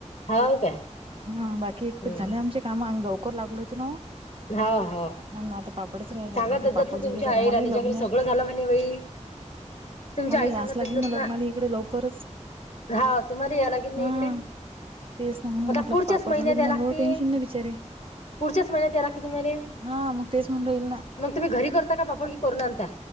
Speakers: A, on the left; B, on the right.
A: हाव काय.
B: हम्म बाकी इतक्यात
A: हम्म
B: झाले आमचे कामं आम्ही लवकर लागलो होतो ना ओ.
A: हा हा
B: मंग आता पापडच राहिल्यात
A: सांगा
B: मग हे
A: दजत
B: पापड
A: ना तुमच्या
B: झाले की
A: आई
B: आता मलाही
A: राणीच्या
B: लग्न
A: घरी सगळं
B: हाय.
A: झालं म्हणे बाई तुमच्या
B: मला
A: आई
B: ही
A: सांगत
B: याच लागेल
A: दजत
B: ना लग्नाले इकडे लवकरच
A: हा तुम्हाला या लागेल ना
B: हा.
A: इकडे
B: तेच ना म्हणून म्हटलं
A: पुढच्याच
B: आता पापड
A: महिन्यात
B: झाले ना
A: या लागते
B: मग बाबा टेन्शन नाही बिचारे.
A: पुढच्याच महिन्यात या लागते तुम्हाला
B: हा मग तेच म्हणलं ईल ना.
A: मग तुम्ही घरी करता का पापड की करून आनता